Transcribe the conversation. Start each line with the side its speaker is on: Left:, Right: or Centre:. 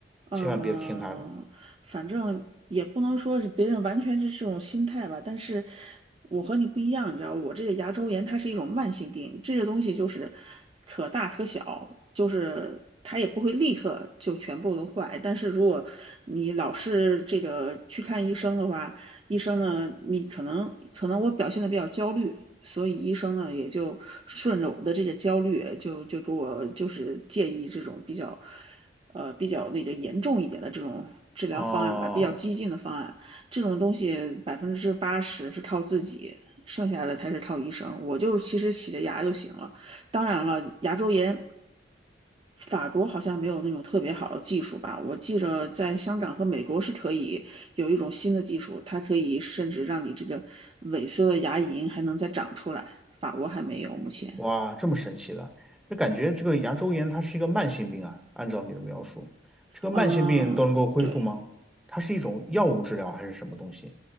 Right: 嗯，
Centre: 千万别听他的。
Right: 反正也不能说是别人完全是这种心态吧，但是我和你不一样，你知道，我这个牙周炎它是一种慢性病，这个东西就是可大可小，就是它也不会立刻就全部都坏，但是如果你老是这个去看医生的话，医生呢，你可能可能我表现的比较焦虑。所以医生呢，也就顺着我的这个焦虑，就就给我就是建议这种比较呃比较那个严重一点的这种治疗方案吧，
Centre: 啊！
Right: 比较激进的方案，这种东西百分之八十是靠自己，剩下的才是靠医生。我就其实洗着牙就行了。当然了，牙周炎，法国好像没有那种特别好的技术吧？我记着在香港和美国是可以有一种新的技术，它可以甚至让你这个萎缩的牙龈还能再长出来。法国还没有，目前。
Centre: 哇，这么神奇的，那感觉这个牙周炎它是一个慢性病啊，按照你的描述，这个慢性病都能够恢复吗？
Right: 嗯，对，
Centre: 它是一种药物治疗还是什么东西？